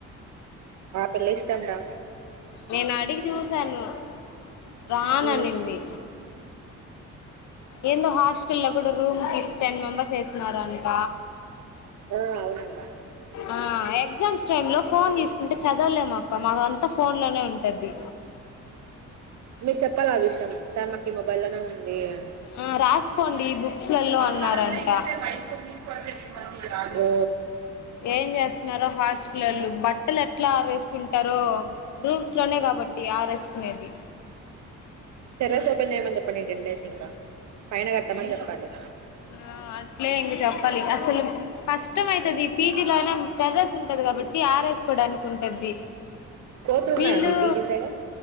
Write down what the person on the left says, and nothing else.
నేను అడిగి చూస్ స్తను రాననింది
ఏందో హాస్టల్ లో కూడా రూమ్ కి టెన్ మెంబెర్స్ ఏస్తున్నారంట
ఆ ఎగ్జామ్స్ టైమ్ లో ఫోన్ తీసుకుంటె చదవలేము అక్క మాకు అంతా ఫోన్ లోనె ఉంటద్ది
ఆ రాసుకోండి బుక్స్లలో
అన్నారంట
ఏం చేస్తున్నారో హాస్టల్ళ్ బట్టలు ఎట్లా ఆరేసుకుంటారో రూమ్స్ లోనే కాబట్టి ఆరేసుకునేది
ఆ అట్లే ఇంగ చెప్పాలి అసలు కష్టం అయితది పీజీ లో అయినా టెర్రస్ ఉంటది కాబట్టి ఆరేసుకోడానికి ఉంటది
వీళ్ళు